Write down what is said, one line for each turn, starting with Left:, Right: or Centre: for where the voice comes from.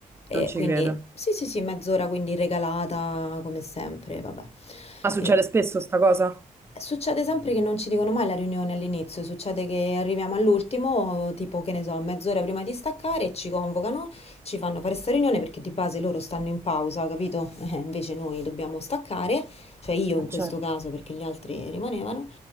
Left: e
Right: Non ci
Left: quindi,
Right: credo.
Left: sì, sì, sì, mezz'ora quindi regalata come sempre, vabbè.
Right: Ma succede
Left: E
Right: spesso sta cosa?
Left: Succede sempre che non ci dicono mai la riunione all'inizio, succede che arriviamo all'ultimo, tipo che ne so, mezz'ora prima di staccare e ci convocano, ci fanno fare sta riunione perché di base loro stanno in pausa, capito? <laughs> Eh, invece noi dobbiamo staccare, cioè io
Right: Ma
Left: in questo
Right: certo.
Left: caso perché gli altri rimanevano.